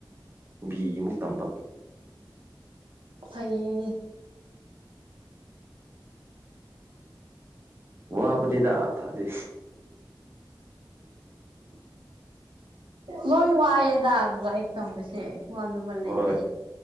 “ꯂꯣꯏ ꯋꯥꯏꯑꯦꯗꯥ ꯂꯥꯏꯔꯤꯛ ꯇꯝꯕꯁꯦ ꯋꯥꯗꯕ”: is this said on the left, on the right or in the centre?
Right